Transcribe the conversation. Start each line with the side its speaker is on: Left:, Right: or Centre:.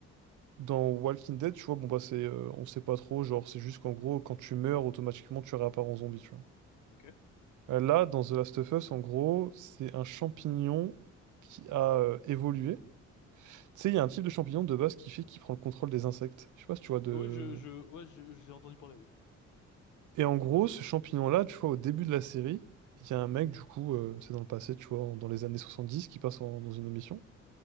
Right: dans Walking Dead, tu vois, bon bah c'est, euh, on sait pas trop, genre c'est juste qu'en gros, quand tu meurs, automatiquement tu réapparais en zombie, tu vois.
Left: Ok.
Right: Euh, Là, dans The Last of Us, en gros, c'est un champignon qui a euh, évolué. Tu sais, il y a un type de champignon de base qui fait qu'il prend le contrôle des insectes. Je sais pas si tu vois de.
Left: Oui, je, je, ouais, je- j'ai entendu parler, oui.
Right: Et en gros, ce champignon-là, tu vois, au début de la série, il y a un mec, du coup, euh, c'est dans le passé, tu vois, en- dans les années 70 qui passe en- dans une émission.